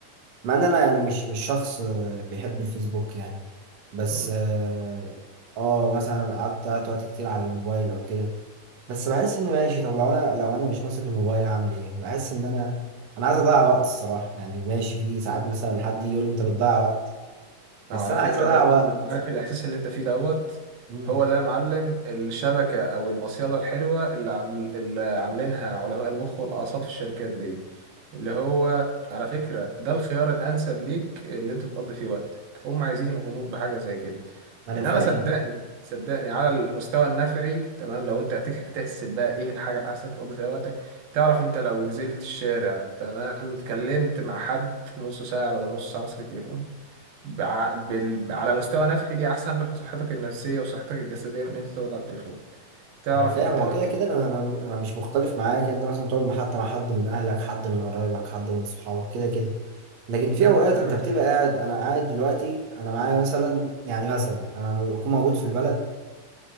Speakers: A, on the right (about 60°); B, on the right (about 85°).
A: مع ان انا يعني مش مش شخص آه، بيحب الفيسبوك يعني بس
B: مم.
A: اه آه، مثلا قعدت قعدت وقت كتير على الموبايل او كده بس بحس ان ماشي طب لو انا لو انا مش ماسك الموبايل هعمل ايه بحس ان انا انا عايز اضيع وقت الصراحه يعني ماشي في ساعات مثلا حد يجي يقول لي انت بتضيع وقت
B: اه
A: بس
B: على
A: انا
B: فكرة
A: عايز اضيع
B: بقى يا
A: وقت
B: معلم عارف الإحساس اللي أنت فيه دوت
A: مم.
B: هو ده يا معلم الشبكة أو المصيدة الحلوة اللي, عامل اللي عاملينها علماء المخ والأعصاب في الشركات دي اللي هو على فكرة ده الخيار الأنسب ليك اللي أنت تقضي فيه وقتك هم عايزين يوهموك بحاجة زي كده
A: ما انا
B: إنما
A: فاهم
B: صدقني صدقني على المستوى النفعي تمام لو أنت هتك- هتحسب بقى إيه الحاجة الأحسن تقضي فيها وقتك تعرف أنت لو نزلت الشارع تمام اتكلمت مع حد نص ساعة بدل نص ساعة ماسك التليفون بع... بال... على مستوى نفعي دي احسن لك لصحتك النفسية وصحتك الجسدية من ان انت تقعد على التليفون تعرف
A: انا فاهم
B: انت
A: هو
B: لو
A: كده كده انا انا انا مش مختلف معاك يعني انت مثلا تقعد مع- حتى مع حد من اهلك حد من قرايبك حد من صحابك كده كده لكن
B: <laughs>
A: في
B: مم،
A: اوقات
B: تمام
A: انت بتبقى قاعد انا قاعد دلوقتي انا معايا مثلا يعني مثلا انا لما بكون موجود في البلد